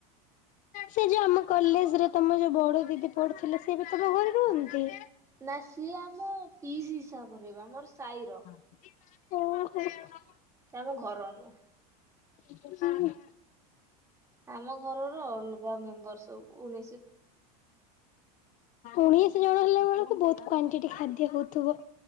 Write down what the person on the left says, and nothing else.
ସେ ଯୋଉ ଆମ କଲେଜରେ ତମ ଯୋଉ ବଡ ଦିଦି ପଡୁଥିଲେ ସେ ବି ତମ ଘରେ ରୁହନ୍ତି?
<unintelligible>
ହୁଁ।
ଉଣେଇଶି ଜଣ ହେଲା ବେଳକୁ ବୋହୁତ କ୍ଵାଣ୍ଟିଟି ଖାଦ୍ୟ ହୋଉଥିବ।